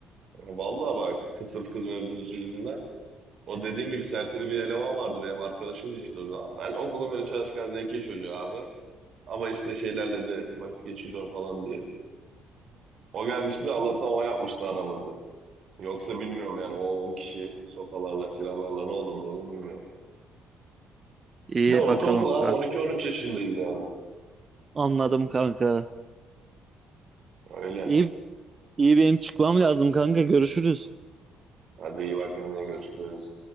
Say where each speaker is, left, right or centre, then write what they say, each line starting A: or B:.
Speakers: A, on the right; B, on the right.
A: vallahi bak kısır kız mevzusu yüzünden. O dediğin gibi serseri bir eleman vardı benim arkadaşımdı işte o zaman. Ben okulun böyle çalışkan zeki çocuğu abi. Ama işte şeylerle de vakit geçiriyorum falan diye. O gelmişti de Allah'tan o yapmıştı aramızı. Yoksa bilmiyorum yani o 10 kişi sopalarla, silahlarla ne olurdu oğlum bilmiyorum.
B: İyi
A: Bir de ortaokul
B: bakalım
A: abi
B: kanka.
A: 12-13 yaşındayız yani.
B: Anladım kanka.
A: Öyle.
B: İyi, iyi benim çıkmam lazım kanka. Görüşürüz.
A: Hadi iyi bak kendine görüşürüz.